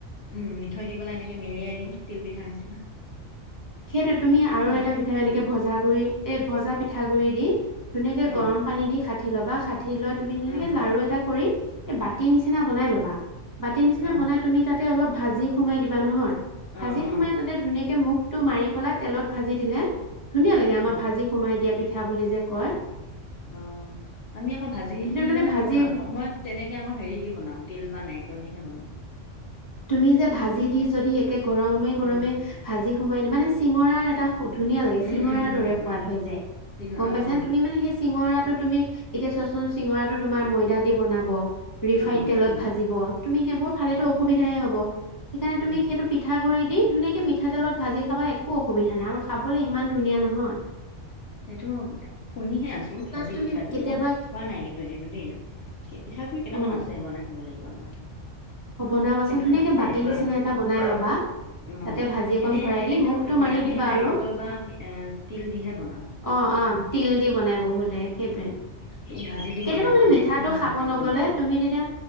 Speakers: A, on the left; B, on the left.
A: উম, মিঠৈ দি পেলাই এনেকে মেৰিয়াই দিওঁ, তিল পিঠা নিচিনা।
B: সেইটোয়ে, তুমি আৰু
A: তেনেকে
B: এটা পিঠা এনেকে
A: অ',
B: ভজা গুৰি, এ ভজা পিঠা গুৰি দি ধুনীয়াকে
A: অ',
B: গৰম পানী দি খাঠি ল'বা খাঠি লৈ তুমি ধুনীয়াকে
A: অ', অ',
B: লাৰু এটা কৰি এই বাতি নিচিনা বনাই ল'বা, বাতি নিচিনা
A: অ', অ',
B: বনাই তুমি তাতে অলপ ভাজি সোমাই দিবা নহয়। ভাজি
A: অ',
B: সোমাই তাতে ধুনীয়াকে মুখ টো মাৰি পেলাই তেলত ভাজি দিলে, ধুনীয়া লাগে আমাৰ
A: অ',
B: ভাজি সোমাই দিয়া পিঠা বুলি যে কয়।
A: অ', আমি আকৌ ভাজি
B: সেইটোত
A: দি
B: মানে
A: পেলাই,
B: ভাজি
A: নবনাও বাৰু, মই তেনেকে আকৌ হেৰি দি বনাও তিল বা নাৰিকল দিহে বনাও।
B: তুমি যে ভাজি দি যদি একে গৰমে গৰমে
A: উম,
B: ভাজি সোমাই দি মানে চিঙৰাৰ এটা ধুনীয়া লাগে
A: উম,
B: চিঙৰাৰ
A: উম, উম,
B: দৰে সোৱাদ
A: উম,
B: হৈ যায়,
A: চিঙা
B: গম
A: অ',
B: পাইছা তুমি মানে সেই চিঙৰাটো তুমি এতিয়া চোৱাচোন চিঙৰাটো তোমাৰ ময়দা দি বনাব। ৰিফাইন
A: অ',
B: তেলত
A: অ',
B: ভাজিব, তুমি সেইবোৰ খালো
A: উম,
B: অসুবিধাহে হ'ব, সেইকাৰণে
A: উম,
B: তুমি সেইটো পিঠা গুৰি দি ধুনীয়াকে মিঠাতেলত ভাজি খাবা, একো অসুবিধা নাই আৰু। খাবলে ইমান- ইমান ধুনীয়া নহয়।
A: এইটো শুনিহে আছো ভাজি
B: তাত তুমি
A: পিঠাটো
B: কেতিয়াবা
A: মই খোৱা নাই কিন্তু এদিনো দেই। কি পিঠাগুড়ি কেইটামান
B: অ
A: আছে বনাই খাব লাগিব ৰ'বা।
B: অ, বনাবাচোন
A: কেইটামান
B: ধুনীয়াকে
A: আছে
B: বাতি নিচিনা
A: অ
B: এটা বনাই লবা।
A: অ',
B: তাতে ভাজি অকন
A: এনে
B: ভৰাই
A: তেনেকে,
B: দি মুখটো মাৰি
A: আমি
B: দিবা
A: নাৰিকল
B: আৰু
A: বা এ তিল দিহে বনাও।
B: অঁ, অঁ তিল দি বনাই বহুতে
A: উম
B: সেইটোৱে।
A: এই ভাজি দি
B: কেতিয়াবা
A: বনাই
B: মানে
A: পোৱা নাই
B: মিঠাটো
A: এদিনমান
B: খাব
A: ভাজি দি
B: নগলে
A: বনাম ৰবা
B: তুমি তেতিয়া